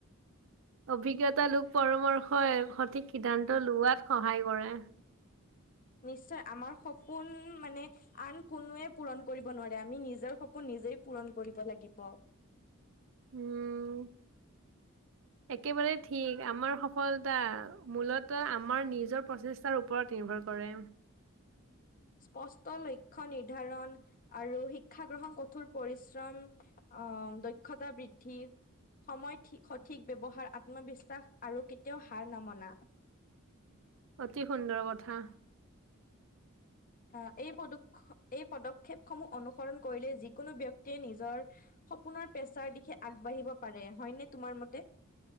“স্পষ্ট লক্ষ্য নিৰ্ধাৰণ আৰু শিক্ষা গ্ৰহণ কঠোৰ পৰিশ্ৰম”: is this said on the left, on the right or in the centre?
Left